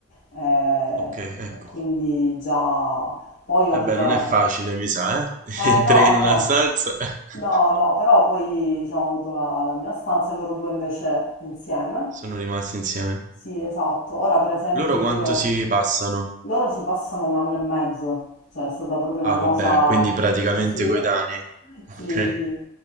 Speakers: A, on the left; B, on the right.
A: eh,
B: Ok, ecco.
A: e quindi già poi ho
B: Eh
A: avuto
B: beh, non
A: la...
B: è facile, mi sa, eh?
A: Eh,
B: <laughs> In
A: no,
B: tre in
A: no,
B: una stanza <laughs>
A: no, no, però poi diciamo, ho avuto la, la mia stanza e loro due invece insieme.
B: sono rimasti insieme.
A: Sì, esatto. Ora, per esempio,
B: Loro
A: io...
B: quanto si passano?
A: Loro si passano un anno e mezzo, cioè è stata proprio una
B: Ah,
A: cosa
B: vabbè, quindi praticamente
A: così.
B: coetanei.
A: <laughs> Sì,
B: Ok,
A: sì.